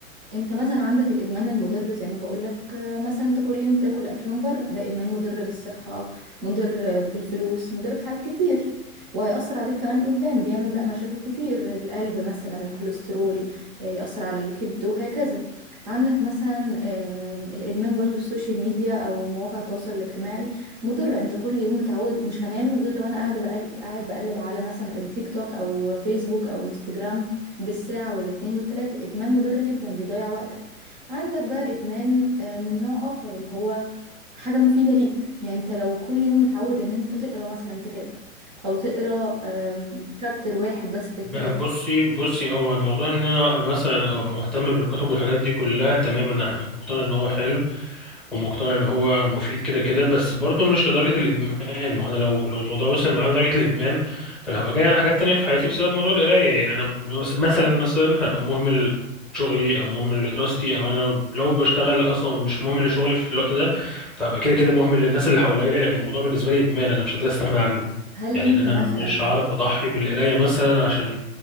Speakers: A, on the right; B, in the centre.
A: انت مثلا عندك الادمان المضر زي ما بقولك آه، مثلا انت كل يوم تاكل اكل من بره ده ادمان مضر بالصحه مضر بالفلوس مضر في حاجات كتير وهيأثر عليك كمان قدام بيعمل بقى مشاكل كتير القلب مثلا الكوليسترول آه، يأثر على الكبد وهكذا عندك مثلا آه، الادمان برضو السوشيال ميديا او مواقع التواصل الاجتماعي مضر انت كل يوم متعود مش هنام غير لو انا قاعده بقلب قاعد بقلب على مثلا التيك توك او فيسبوك او انستجرام بالساعة والاتنين والتلاتة إدمان مضر جدا بيضيع وقتك عندك بقى إدمان آه، من نوع آخر اللي هو حاجة مفيدة ليك يعني أنت لو كل يوم متعود إن أنت تقرأ مثلا كتاب أو تقرأ شابتر واحد بس في الكتاب
B: ما بصي بصي هو الموضوع ان انا اقرا مثلا او ابقى مهتم بالكتب والحاجات دي كلها تمام انا مقتنع ان هو حلو ومقتنع ان هو مفيد كده كده بس برضه مش لدرجه الادمان ما هو انا لو لو الموضوع وصل معايا لدرجه الادمان فانا هبقى جاي على حاجات تانية في حياتي بسبب موضوع القرايه يعني انا مس- مثلا مثلا هبقى مهمل شغلي او مهمل لدراستي او انا لو بشتغل اصلا مش مهمل لشغلي في الوقت ده فهبقى كده كده مهمل للناس اللي حواليا لان الموضوع بالنسبه لي ادمان انا مش قادر استغنى عنه
A: هل
B: يعني
A: أنت
B: ان انا
A: مثلا
B: مش هعرف اضحي بالقرايه مثلا عشان